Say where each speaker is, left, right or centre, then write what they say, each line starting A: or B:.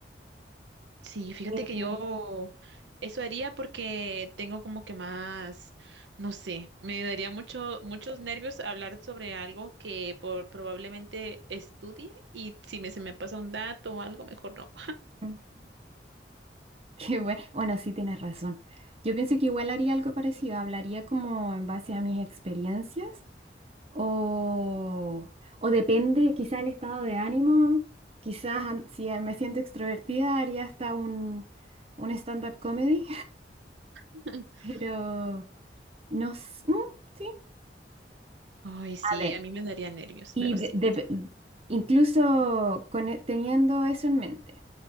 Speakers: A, on the right; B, on the right.
A: Sí, fíjate
B: Mm.
A: que yo eso haría porque tengo como que más, no sé, me daría mucho, muchos nervios hablar sobre algo que por- probablemente estudie y si me, se me pasa un dato o algo, mejor no.
B: <laughs> Qué bueno. Bueno, sí tienes razón. Yo pienso que igual haría algo parecido. Hablaría como en base a mis experiencias o, o depende quizá el estado de ánimo. Quizás an- si me siento extrovertida haría hasta un, un stand-up comedy.
A: <laughs>
B: Pero no s- mm, sí.
A: Ay, sí,
B: A ver,
A: a mí me daría nervios,
B: Y
A: pero
B: de-
A: sí.
B: de- incluso con e- teniendo eso en mente,